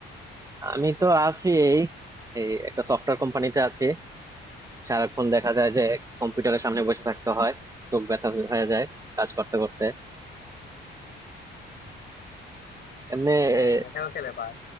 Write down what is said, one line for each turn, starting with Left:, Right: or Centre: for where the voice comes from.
Right: আমি তো আছি এই এই একটা সফটওয়্যার কোম্পানিতে আছি সারাক্ষণ দেখা যায় যে কম্পিউটারের সামনে বসে থাকতে হয় চোখ ব্যথা হয়ে যায় কাজ করতে করতে এমনি
Left: হ্যাঁ
Right: এ,
Left: এটাও একটা ব্যাপার